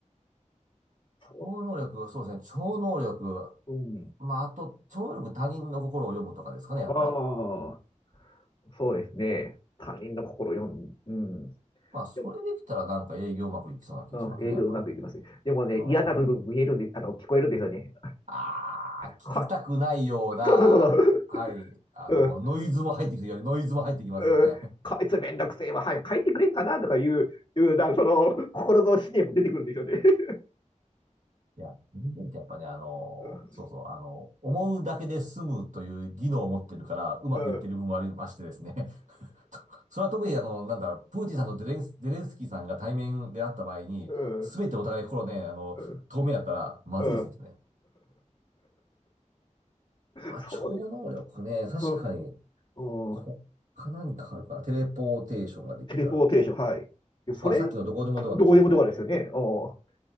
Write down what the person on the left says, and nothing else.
そ
う。うん。
ああ。そうですね。他人の心を読ん、うん。
でも、うん、営業うまくいきますね。
でもね、
嫌な部分見えるんで、あの、聞こえるんですよね。
はい、そうそうそう
そう。<laughs> うん、
うん、うん。
こいつめんどくせえわ、早く帰ってくれんかなとかいう、いうな、その、心の思念も出てくるんですよね。<laughs>
うん、
うん、
うん、
うん。
うん
そうです。
うん、うん。
テレポーテーション、はい。いやそれ、
どこでもドアですよね。
うん。